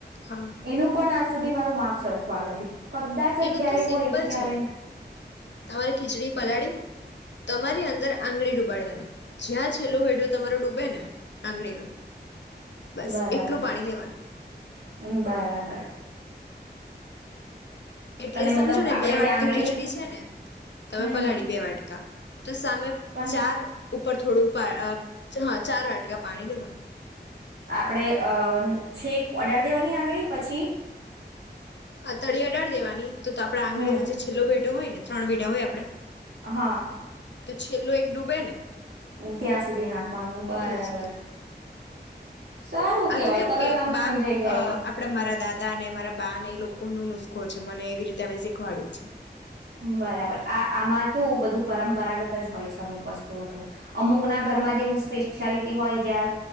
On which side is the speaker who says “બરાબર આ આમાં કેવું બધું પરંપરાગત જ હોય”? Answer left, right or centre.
Right